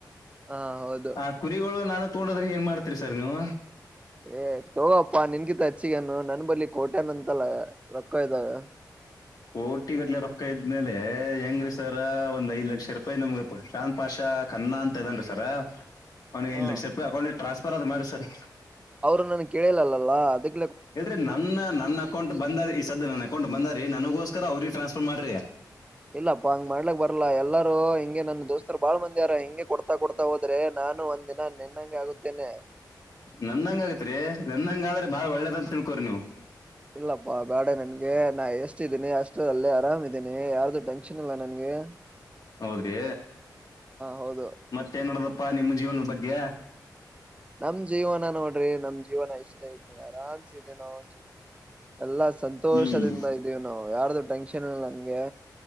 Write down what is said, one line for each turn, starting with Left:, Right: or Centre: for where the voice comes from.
Right: ಹಾ ಹೌದು
Left: ಆ ಕುರಿಗಳು ನಾನು ತೋೊಂಡದ್ರೆ ಏನ್ ಮಾಡ್ತ. ರಿ ಸರ್ ನೀವು.
Right: ಏ ತಗೋಪ್ಪಾ ನಿನ್ಗಿಂತ ಹಚ್ಚಿಗನು ನನ್ ಬರ್ಲಿ ಕೋಟೆನಂತಲ್ಲ ರೊಕ್ಕ ಇದಾಗ.
Left: ಕೋಟಿ ಗಟ್ಲೆ ರೊಕ್ಕ ಇದ್ಮೇಲೆ ಹೆಂಗ್ರೀ ಸರ್ ಒಂದ್ ಐದ್ ಲಕ್ಷ ರೂಪಾಯಿ ನಮ್ಗೆ ಶಾನ್ ಪಾಶ. ಕನ್ನ ಅಂತ ಇದನ್ರಿ ಸರ್ ಅವ್ನಿಗೆ
Right: ಹ
Left: ಐದ್ ಲಕ್ಷ ರೂಪಾಯಿ ಅಕೌಂಟ್ ಟ್ರಾನ್ಸ್ಫರ್ ಅದ್ ಮಾಡಿ ಸರ್.
Right: ಅವರು ನನ್ು ಕೇಳಲಲ್ಲಲ್ಲ ಅದಕ್ಕೆ.
Left: ಹೇಳರಿ ನನ್ನ ನನ್ನ ಅಕೌಂಟ್ ಬಂದ ಈ ಸದ ನನ್ನ ಅಕೌಂಟ್ ಬಂದ ರೀ ನನಗೋಸ್ಕರ ಅವ್ರ ಟ್ರಾನ್ಸ್ಫರ್. ಟ್ರಾನ್ಸ್ಫರ್ ಮಾಡಿ
Right: ಇಲ್ಲಾಪ್ಪಾ ಹಂಗ್ ಮಾಡ್ಲಕ್ ಬರ್ಲ್ಲ ಎಲ್ಲಾರರು ಹಿಂಗೆ ನನ್ ದೋಸ್ತರು ಬಾಳ್ ಮಂದಿ ಯಾರ ಹಿಂಗೆ ಕೊಡ್ತಾ ಕೊಡ್ತಾ ಹೋದ್ರೆ ನ ನಾನು ಒಂದ್ ದಿನ ನಿೆನ್ನಂಂಗ ಆಗುತ್ತೇನೆ.
Left: ನಂದಂಗ ಆಗೇತ್ರಿ ನಂದಂಗ ಆದ್ರೆ ಬಾಳ್ ಒಳ್ಳೇದಂತ ತಿಳ್ಕೋ್ರಿ ನೀವು.
Right: ಇಲ್ಲಪ್ಪಾ ಗಾಡ ನನ್ಗೆ ನಾ ಎಷ್ಟ್ದೀನಿ ಅಷ್ಟ ಅಲ್ಲಿ ಆರಾಮ್್ದೀನಿ ಯಾರ್ದು ಟೆನ್ಷನ್ ಇಲ್ಲ ನನ್ಗೆ. ಹ.
Left: ಹೌದ್ರಿ
Right: ಹೌದು
Left: ಮತ್ತೆನಡ. ಪ್ಪಾ ನಿಮ್ಮ ಜೀವನದ ಬಗ್ಗೆ.
Right: ನಮ್ ಜೀವನ ನೋಡ್ರಿ ನಮ್ ಜೀವನ ಇಷ್ಟೇ ಇದ್ದನ ಅರನ್ಸಿದೀನೋಸು. ಎಲ್ಲಾ ಸಂತೋಷದಿಂದ
Left: ಹ್ಮ್
Right: ಇದೀವಿ ನಾವು ಯಾರ್ದು ಟೆನ್ಷನ್ ಇಲ್ಲ ನನ್ಗೆ.